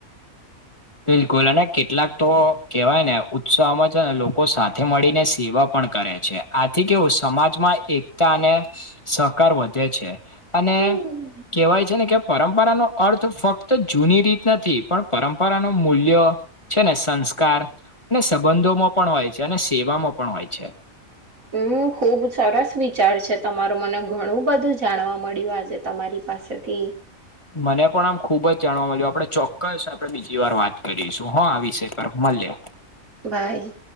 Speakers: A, on the left (about 20°); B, on the right (about 75°).
A: બિલકુલ અને કેટલાક તો કેહેવાય ને ઉત્સાહમાં છે ને લોકો સાથે મળીને સેવા પણ કરે છે આથી કેવું સમાજમાં એકતા અને સહકાર વધે છે. અને
B: હમ
A: કેહેવાય છે ને કે પરંપરા નો અર્થ ફક્ત જૂની રીત નથી પણ પરંમ રા ન મૂલ્ય છે ને સંસ્કાર ને સંબંધોમાં પણ હોય છે અને સેમાં પણ હોય છે.
B: હમ્મ ખુબ સરસ વિચાર છે તમારું મને ઘણું બધું જાણવા મળ્યું આજે તમારી પાસેથી.
A: મને પણ આમ ખુબ જ જાણવા મળજ્યું આપણે ચોક્કસ આપણે બીજી વાર વાત કરીશું હા આ વિશે હ. બ્રમલ્યા.
B: બાય.